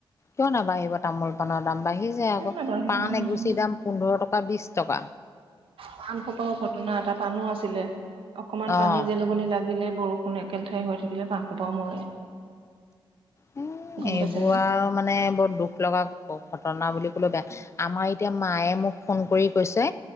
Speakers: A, on the left; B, on the right.
A: কিয় নাবাঢ়িব তামোল পাণৰ দাম বাঢ়িছে
B: কিয়
A: আকৌ
B: নাবাঢ়িব
A: পাণ
B: উম
A: এগুছিৰ দাম পোন্ধৰ টকা বিশ টকা
B: পাণ সোপাও ঘটনা এটা পাণো আছিলে অকমান পানী
A: অ'।
B: জেলুকনি লাগিলে। বৰষুণ একেলেঠাৰিয়ে হৈ থাকিলে পান সোপাও মৰে।
A: এ
B: গম
A: এইবোৰ
B: পাইছানে?
A: আৰু মানে বহুত দুখ লগা ঘটনা বুলি কলে বেয়া আমাৰ এতিয়া মায়ে মোক ফোন কৰি কৈছে।